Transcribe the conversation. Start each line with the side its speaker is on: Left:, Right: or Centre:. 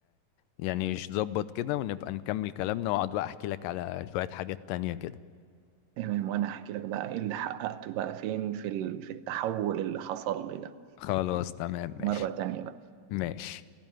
Left: يعني نظبط كده ونبقى نكمل كلامنا واقعد بقى احكي لك على شوية حاجات تانية كده
Right: تمام وانا احكي لك بقى ايه اللي حققته بقى فين في ال- في التحول اللي حصل لي ده
Left: خلاص تمام ماشي
Right: مرة تانية بقى
Left: ماشي